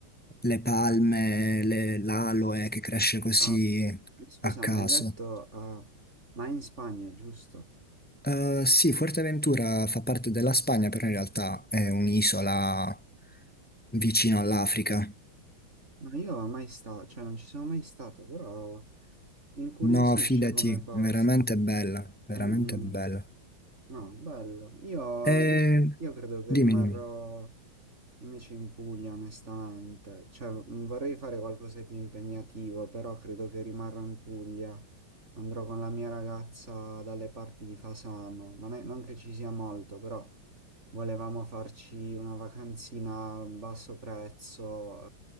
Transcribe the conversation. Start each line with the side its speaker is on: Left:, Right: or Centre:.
Centre: le palme, le- l'aloe che cresce così
Right: Ah, Scusa,
Centre: a caso.
Right: ma hai detto, ah, ma in Spagna, giusto?
Centre: Eh, sì, Fuerteventura fa parte della Spagna, però in realtà è un'isola vicino all'Africa.
Right: No, io mai stato, cioè non ci sono mai stato, però mi incuriosisce
Centre: No, fidati,
Right: come posto.
Centre: veramente bella, veramente
Right: Mm, mm.
Centre: bella.
Right: No, bello. Io,
Centre: E
Right: io- io credo che
Centre: dimmi,
Right: rimarrò
Centre: dimmi,
Right: invece in Puglia, onestamente. Cioè, mh, vorrei fare qualcosa di più impegnativo, però credo che rimarrò in Puglia. Andrò con la mia ragazza dalle parti di Fasano. Non è- non che ci sia molto, però volevamo farci una vacanzina a basso prezzo,